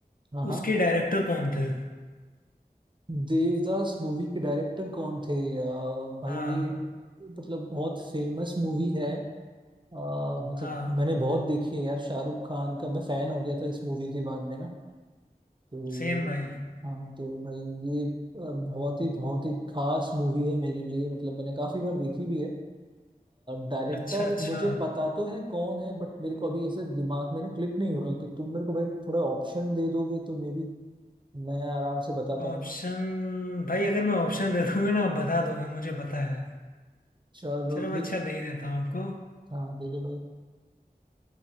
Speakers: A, on the right; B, on the left.
A: हाँ हाँ
B: उसके डायरेक्टर कौन थे
A: देवदास मूवी के डायरेक्टर कौन थे अ, भाई
B: हाँ
A: ये मतलब बहुत फेमस मूवी है अ, मतलब
B: हाँ
A: मैंने बहुत देखी है यार शाहरुख खान का मैं फैन हो गया था इस मूवी के बाद में ना तो
B: सेम भाई
A: हाँ तो भाई ये अ, बहुत ही बहुत ही खास मूवी है मेरे लिए मतलब मैंने काफी बार देखी भी है डायरेक्टर
B: अच्छा अच्छा
A: मुझे पता तो है कौन है बट मेरे को अभी ऐसे दिमाग में ना क्लिक नहीं हो रहा तो तुम मेरे को भाई थोड़ा ऑप्शन दे दोगे तो मे बी मैं आराम से बता पाऊँ
B: ऑप्शन भाई अगर मैं ऑप्शन दे दूंगा ना आप बता दोगे मुझे पता है
A: चलो
B: चलो मैं
A: ठीक
B: अच्छा दे ही देता हूँ आपको
A: हाँ दे दो भाई